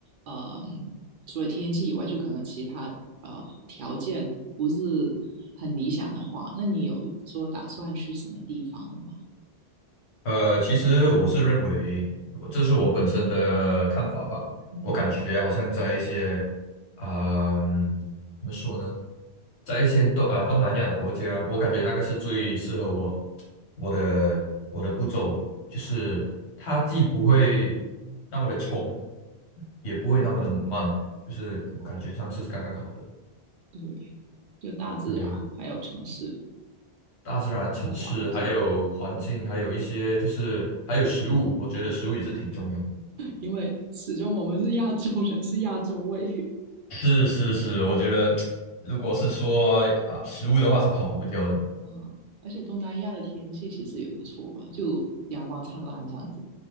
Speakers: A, on the right; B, on the left.
A: 嗯，除了天气以外，就可能其他呃条件不是很理想的话，那你有说打算去什么地方的吗？
B: 呃，其实我是认为，我这是我本身的看法吧。
A: 嗯
B: 我感觉好像在一些啊，嗯，怎么说呢，在一些东啊、呃东南亚的国家，我感觉那个是最适合我我的我的步骤，就是它既不会那么的冲，也不会那么的慢，
A: 嗯，
B: 就是我感觉上是刚刚好的。
A: 对，就大自然还有城市
B: 对，大自然、城市，
A: 的环境，
B: 还有环境，
A: 嗯
B: 还有一些就是还有食物，我觉得食物也是挺重要的。
A: 因为始终我们是亚洲人，是亚洲胃。
B: 是是是，我觉得如果是说啊、食物的话是跑不掉的。
A: 啊，而且东南亚的天气其实也不错啊，就阳光灿烂这样子。